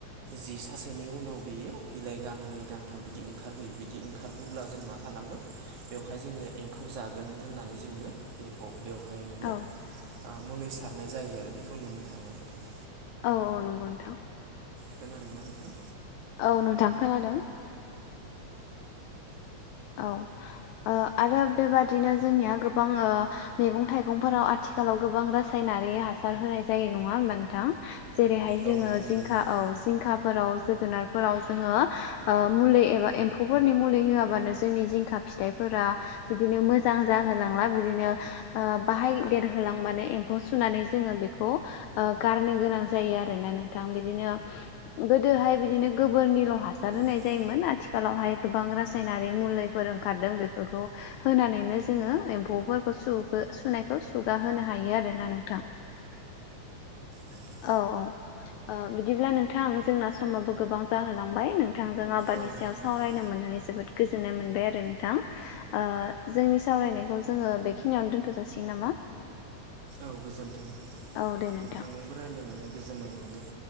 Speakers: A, on the right; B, on the left.
A: जि सानसोनि उनाव बियो बिलाइ गांनै गांथाम बिदि ओंखारबोयो बिदि ओंखारबोब्ला जों मा खालामो
B: <inaudible>
A: बेवहाय जोङो एम्फौ जागोन होननानै जोङो बे बेवहाय माने
B: औ
A: मुलि सारनाय जायो आरो बेखौ नुनो थाङो नोंथां।
B: औ औ नंगौ नोंथां
A: खोनादोंना नोंथां?
B: औ नोंथां खोनादों। औ ओ आरो बेबादिनो जोंनिया गोबां ओ मैगं थाइगंफोराव आथि खालाव गोबां रासायनारि हासार होनाय जायो नङा होमबा नोंथां? जेरैहाय जोङो
A: औ थारैनो
B: जिंखा
A: नंगौ
B: औ जिंखाफोराव जो गोनारफोराव जोङो ओ मुलि एबा एम्फौफोरनि मुलि होआबानो जा जोंनि जिंखा फिथाइफोरा बिदिनो मोजां जाहोलांला बिदिनो बाहाय देरहो लांबानो एम्फौ सुनानै जोङो बेखौ ओ गारनो गोनां जायो आरोना नोंथां बिदिनो गोदोहाय बिदिनो गोबोरनिल' हासार होनाय
A: नोंथां
B: जायोमोन आथिखालावहाय गोबां रासायनारि मुलैफोर ओंखारदों बेफोरखौ होनानैनो जोङो एमफौ फोरखौ सुगो सुनायखौ सुग सुगा होनो हायो आरोना नोंथां।
A: नोंथां
B: औ औ ओ बिदिब्ला नोंथां जोंना समाबो गोबां जाहोलांबाय नों थांजों आबादनि
A: औ
B: सायाव
A: जों नोंथां
B: सावरायनो मोननानै जोबोद गोजोननाय मोनबाय आरो नोंथां ओ जोंनि सावरायनायखौ जोङो बेखिनियावनो दोन्थ'जासिगोन नामा? <inaudible>
A: औ गोजोनथों नोंथांजोंबो
B: औ दे नोंथां
A: रायज्लायनानै गोजोननाय मोनबाय।